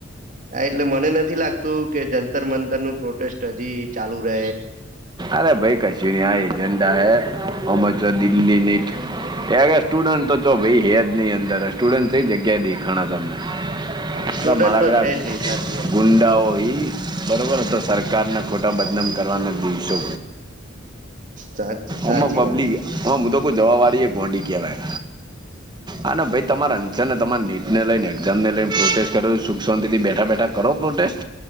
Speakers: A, on the right; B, on the right.
A: હા એટલે મને નથી લાગતું કે જંતર મંતરનું પ્રોટેસ્ટ હજી ચાલુ રહે.
B: અરે ભાઈ કશું નઈ આ એજન્ડા હે ઓમો ચો દિલ્હીની ક્યાં ગયા સ્ટુડન્ટ તો ભાઈ હે જ નહી અંદર સ્ટુડન્ટ કઈ જગ્યાએ દેખણા તમને.
A: સ્ટુડન્ટ
B: તમારા
A: તો
B: પેલા
A: છે જ નહી સાચી વાત
B: ગુંડાઓ ઈ બરોબર હતો સરકારના ખોટા બદનામ કરવાના દિવસો
A: સા સાચી
B: ઓમો પબ્લીિક
A: વાત
B: હા મુ તો કઉ જવા વાળીએ ગોડી કેવાય આને ભાઈ તમારા <unintelligible> તમારા નીટને લઈને એક્ઝામ ને લઈને પ્રોટેસ્ટ કરો સુખ શાંતિથી બેઠા બેઠા કરો પ્રોટેસ્ટ.